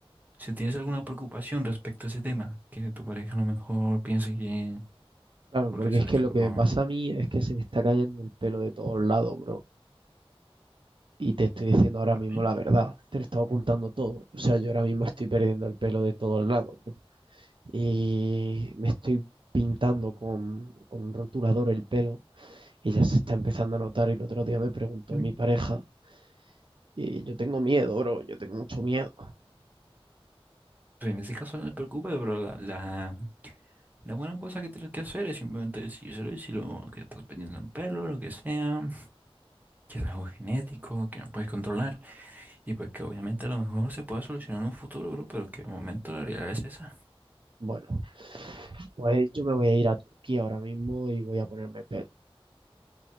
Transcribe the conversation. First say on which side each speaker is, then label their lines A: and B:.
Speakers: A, on the right; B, on the right.
A: si tienes alguna preocupación respecto a ese tema, que tu pareja a lo mejor piense que
B: Claro,
A: porque
B: porque
A: seas
B: es que
A: calvo,
B: lo que me pasa a mí es que se me está cayendo el pelo de todos lados, bro. Y te estoy diciendo ahora
A: por
B: mismo
A: mí.
B: la verdad. Te lo está ocultando todo. O sea, yo ahora mismo estoy perdiendo el pelo de todos lados, bro. Y me estoy pintando con, con un rotulador el pelo y ya se está empezando a notar. Y el otro día me preguntó
A: Mm.
B: mi pareja y yo tengo miedo, bro. Yo tengo mucho miedo.
A: Pues en ese caso no te preocupes, bro. La, la- La buena cosa que tienes que hacer es simplemente decírselo y si lo que estás perdiendo en pelo, lo que sea, que es algo genético, que no puedes controlar y pues que obviamente a lo mejor se pueda solucionar en un futuro, bro, pero que de momento la realidad es esa.
B: Bueno, pues yo me voy a ir a Turquía ahora mismo y voy a ponerme pet.